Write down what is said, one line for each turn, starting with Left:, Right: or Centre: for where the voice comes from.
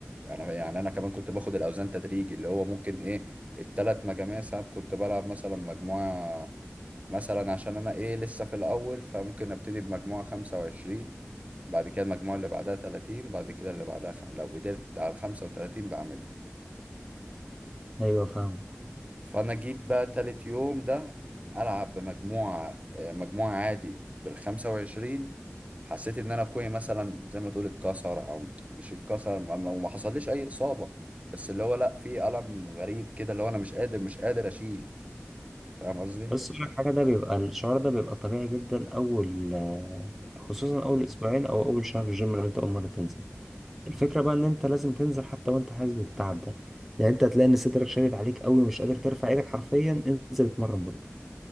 Right: انا يعني انا كمان كنت باخد الاوزان تدريجي اللي هو ممكن ايه التلات مجاميع ساعات كنت بلعب مثلا مجموعة مثلا عشان انا ايه لسه في الاول فممكن ابتدي بمجموعة خمسة وعشرين بعد كده المجموعة اللي بعدها تلاتين بعد كده اللي بعدها خ... لو قدرت على الخمسة وتلاتين بعملها
Centre: ايوه فاهم
Right: فانا جيت بقى تالت يوم ده العب بمجموعة آه، مجموعة عادي بالخمسة وعشرين حسيت ان انا كوعي مثلا زي ما تقول اتكسر او مش اتكسر ما- ما- وما حصليش اي اصابة بس اللي هو لا في ألم غريب كده اللي هو انا مش قادر مش قادر اشيل فاهم قصدي
Centre: بس اقول لك حاجة ده بيبقى الشعور ده بيبقى طبيعي جدا اول خصوصا اول اسبوعين او اول شهر الجيم لو انت اول مرة تنزل الفكرة بقى ان انت لازم تنزل حتى وانت حاسس بالتعب ده يعني انت هتلاقي ان صدرك شادد عليك قوي ومش قادر ترفع ايدك حرفيا انزل اتمرن برضه